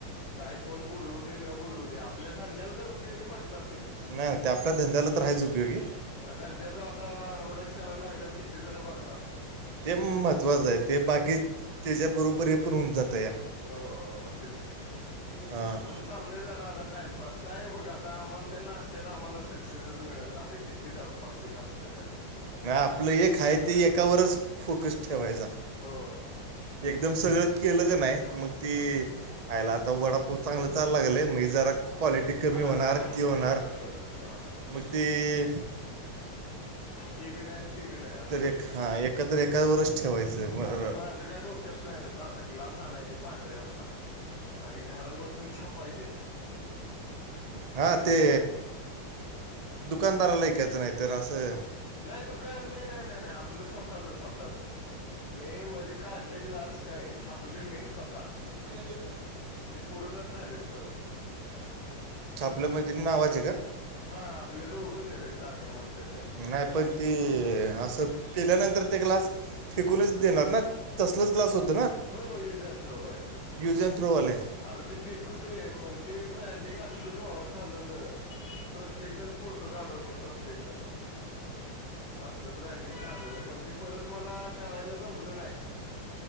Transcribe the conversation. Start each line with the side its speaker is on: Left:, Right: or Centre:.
Left: काय कोण बोलवू दे न बोललू दे, आपल्याधंद्याला तर उपयोगी पडणार.
Right: नाही, ते आपल्या धंद्याला तर आहेच उपयोगी
Left: धंद्याच आता अडवटाईज करायला लागल्या की. त जणं बघा ना आपते.
Right: ते महत्त्वाचं आहे ते बाकी त्याच्या बरोबर हे पऊन जातं या.
Left: हो मग तेच.
Right: हां
Left: म्हण चाललंय जरा आता टाइमपास, काय बघ आता मला त्या नाश्त्यात. आम्हाला सक्सेसच मिळ झाले, किती धडपडते नाशत्यासाठी.
Right: म आपलं एकय ते एकावरच फोकस ठेवायचां.
Left: हो
Right: एकदम सगळं. केलं का
Left: ह्याच्या
Right: नाही, मग तेला आता वडापाव चांगला चाला लागलेय. क्वालिटी कमी
Left: हा
Right: होणार,
Left: हा
Right: ती होणार
Left: म्हणजे तसं होतं हा
Right: मग ती.
Left: ती ब नाही आहे, ती ब ना आहे, अस असते
Right: एक हां
Left: हा.
Right: एकत्र एकावरच ठेवायचं बरं
Left: आता माझं काय डोक्यातलन तर आता ग्लास आणायचे पांढरे हप्ता. आणि घरात बसून छापायचे.
Right: हा
Left: प्रिंट
Right: ते
Left: करायची
Right: दुकानदाराला ऐकायचं नाही तर असं.
Left: नाही दुकान नाही नाही नाही नाही आपलं स्वतःच स्वतःच. मी मध्ये काढले ग्लास काय छापले मी स्वतः.
Right: आणिज <unintelligible>
Left: पुूर्णच झालेत परत.
Right: छापलं म्हणजे नावाचे का
Left: हा आपले लोकच आहे रे सागर मटठ्याच्या.
Right: नाही पण ते असं पेल्यानंतर त्या ग्लास फेकूनच देणार ना, तसलाच ग्लास होतो.
Left: हो युज अन थ्रो होय.
Right: यूज अँड थ्रोवाले
Left: अरे ते फेकू दे, पण ते ब्रँडिंग असलं, जोरात झालं होत. प्रत्येक जण फोटो काढवत प्रत्येक जण. अससल ब्रँडिंग झाले. पण ते परत मला करायला जमलं नाही.